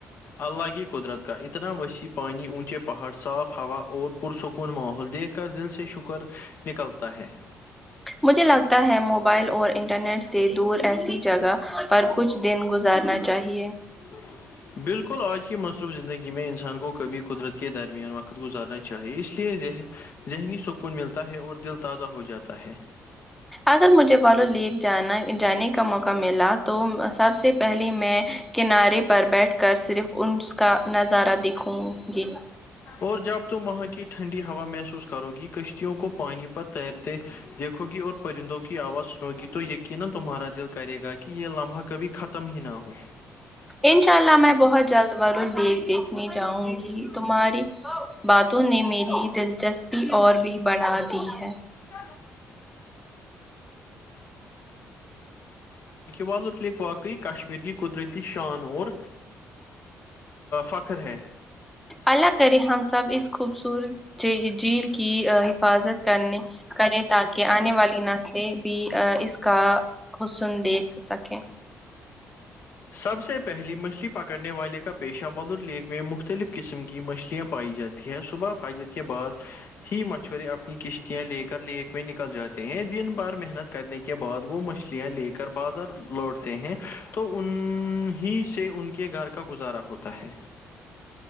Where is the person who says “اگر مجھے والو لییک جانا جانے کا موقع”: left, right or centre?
Centre